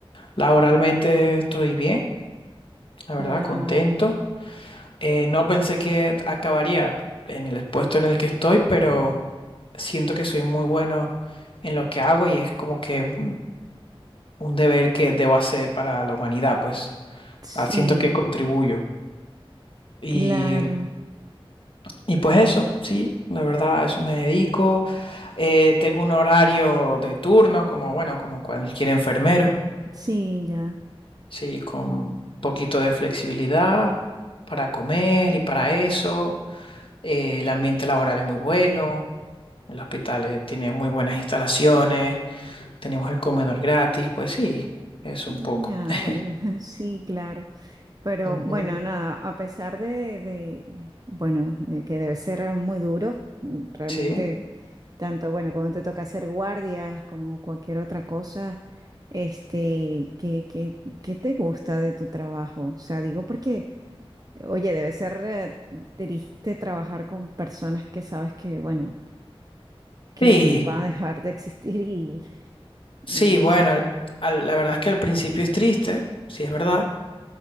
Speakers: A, on the left (about 60°); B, on the right (about 40°).
A: laboralmente estoy bien, la verdad,
B: ya,
A: contento. Eh, no pensé que acabaría en el puesto en el que estoy, pero siento que soy muy bueno en lo que hago y es como que un, un deber que debo hacer para la humanidad, pues.
B: sí,
A: Ah, siento que contribuyo. Y,
B: claro,
A: y pues eso, sí, la verdad, a eso me dedico. Eh, tengo un horario de turnos, como bueno, como cualquier enfermero,
B: sí, ya.
A: sí, con un poquito de flexibilidad para comer y para eso. Eh, el ambiente laboral es muy bueno. El hospital eh, tiene muy buenas instalaciones, tenemos el comedor gratis, pues sí, eso
B: Mm,
A: un poco.
B: Ya,
A: <laughs>
B: bueno, <laughs> sí, claro. Pero
A: Ujú,
B: bueno, nada, a pesar de, de, bueno, de que debe ser muy duro, mm, realmente,
A: Sí,
B: tanto, bueno, cuando te toca hacer guardias como cualquier otra cosa, este, ¿qué, qué, qué te gusta de tu trabajo? O sea, digo porque, oye, debe ser eh, triste trabajar con personas que sabes que, bueno, que
A: sí,
B: van a dejar de existir y,
A: sí,
B: no
A: bueno,
B: sé.
A: al- al- la verdad es que al principio es triste, sí es verdad,